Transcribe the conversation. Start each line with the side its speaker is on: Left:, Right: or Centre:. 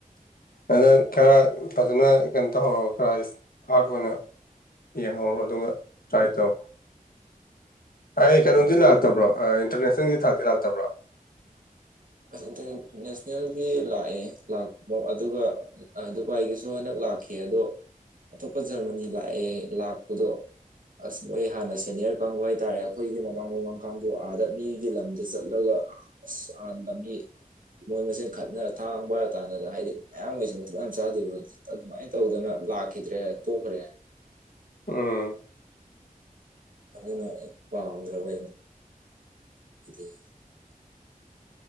Left: ꯑꯗ ꯈꯔ ꯐꯖꯅ ꯀꯩꯅꯣ ꯇꯧꯍꯧꯔꯒ ꯈꯔ ꯍꯥꯔꯠ ꯑꯣꯏꯅ꯫ ꯌꯦꯡꯍꯧꯔꯣ ꯑꯗꯨꯒ ꯇ꯭ꯔꯥꯏ ꯇꯧ꯫ ꯑꯩ ꯀꯩꯅꯣꯗꯤ
Right: ꯎꯝ
Left: ꯂꯥꯛꯇꯕ꯭ꯔꯣ ꯏꯟꯇꯔꯅꯦꯁꯅꯦꯜꯒꯤ ꯊꯥꯛꯇꯤ ꯂꯥꯛꯇꯕ꯭ꯔꯣ꯫
Right: ꯑꯁ ꯏꯟꯇꯔ ꯅꯦꯁꯅꯦꯜꯒꯤ ꯂꯥꯛꯑꯦ ꯂꯥꯛꯄ ꯑꯗꯨꯒ꯫ ꯗꯨꯕꯥꯏꯒꯤꯁꯨ ꯍꯟꯗꯛ ꯂꯥꯛꯈꯤ ꯑꯗꯣ ꯑꯇꯣꯞꯄ ꯖꯔꯃꯅꯤ ꯂꯥꯛꯑꯦ ꯂꯥꯛꯄꯗꯣ꯫ ꯑꯁ ꯃꯣꯏ ꯍꯥꯟꯅ ꯁꯦꯅꯤꯌꯔ ꯀꯥꯡꯕꯨ ꯍꯥꯏꯇꯥꯔꯦ ꯑꯩꯈꯣꯏꯒꯤ ꯃꯃꯥꯡ ꯃꯃꯥꯡ ꯀꯥꯡꯕꯨ ꯑꯗ ꯃꯤꯒꯤ ꯂꯝꯗ ꯆꯠꯂꯒ꯫ ꯑꯁ꯫ <unintelligible> ꯃꯣꯏ ꯃꯁꯦꯟ ꯈꯠꯅꯔ ꯊꯥꯡ ꯄꯥꯏꯔꯥ ꯇꯥꯟꯅꯗ ꯍꯥꯏꯗꯤ ꯃꯌꯥꯡꯃꯩꯁꯦ ꯃꯊꯣꯡ ꯌꯥꯝ ꯆꯥꯗꯦꯕ꯫ ꯑꯗꯨꯃꯥꯏꯅ ꯇꯧꯗꯅ ꯂꯥꯛꯈꯤꯗ꯭ꯔꯦ ꯇꯣꯛꯈ꯭ꯔꯦ꯫
Left: ꯎꯝ꫰꫰
Right: ꯑꯗꯨꯅꯅꯦ ꯄꯥꯝꯗ꯭ꯔꯕ꯫ <unintelligible>